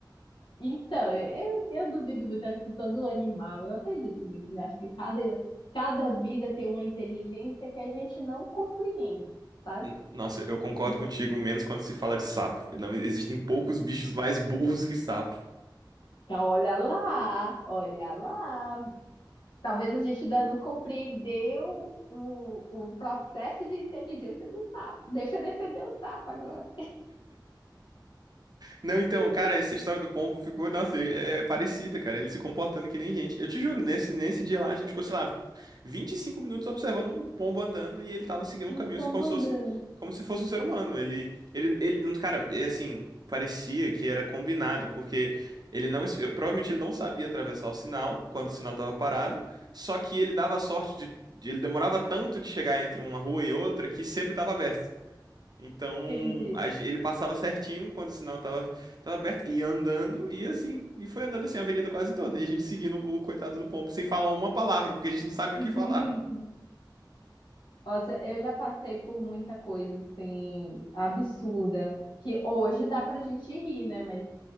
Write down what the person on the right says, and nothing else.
N- Nossa, eu concordo
contigo, menos quando se fala de sapo. Não existem poucos bichos mais burros que sapo.
Não, então,
cara, essa história do pombo ficou, nossa, é, é parecida, cara. Ele se comportando que nem gente. Eu te juro, nesse, nesse dia lá, a gente ficou, sei lá, 25 minutos observando um pombo andando e ele tava seguindo
um caminho,
assim, como se
fosse, como se fosse um ser humano. Ele, ele, ele, hum, cara, é assim, parecia que era combinado, porque ele não, es- eu- provavelmente ele não sabia atravessar o sinal quando o sinal tava parado, só que ele dava a sorte de, de- ele demorava tanto de chegar entre uma rua e outra que sempre tava aberto. Então,
a gen- ele passava certinho quando o sinal tava, tava aberto, ia andando, e assim, e foi andando assim a avenida quase toda, e a gente seguindo o coitado do pombo sem falar uma palavra, porque a gente não sabia
o que falar.